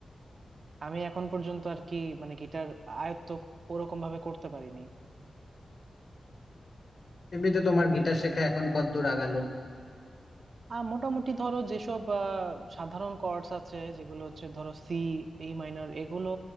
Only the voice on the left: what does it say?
এমনিতে তোমার গিটার শেখা এখন কতদূর আগালো